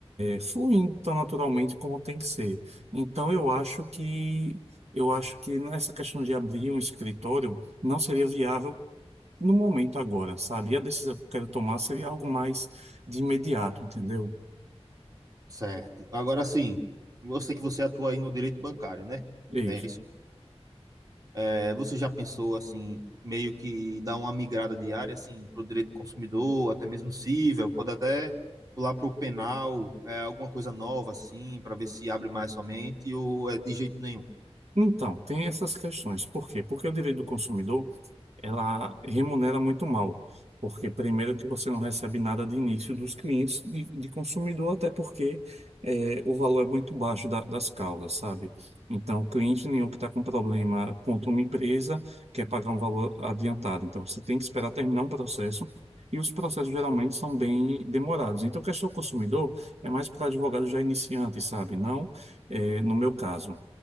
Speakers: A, on the right; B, on the right.
A: fluindo tão naturalmente como tem que ser. Então eu acho que eu acho que nessa questão de abrir um escritório não seria viável no momento agora, sabe? E a decisão que eu quero tomar seria algo mais de imediato, entendeu?
B: Certo. Agora sim, eu sei que você atua aí no direito bancário, né?
A: É
B: Não
A: Isso.
B: é isso? É, você já pensou assim, meio que dar uma migrada de área assim, para o direito do consumidor, até mesmo cível, pode até pular para o penal, é, alguma coisa nova assim, para ver se abre mais somente, ou é de jeito nenhum.
A: Então, tem essas questões. Por quê? Porque o direito do consumidor. ela remunera muito mal, porque primeiro que você não recebe nada de início dos clientes de, de consumidor, até porque eh, o valor é muito baixo da- das causas, sabe? Então, cliente nenhum que está com problema contra uma empresa quer pagar um valor adiantado. Então, você tem que esperar terminar um processo. E os processos geralmente são bem demorados. Então, a questão do consumidor é mais para advogado já iniciante, sabe? Não, eh, no meu caso.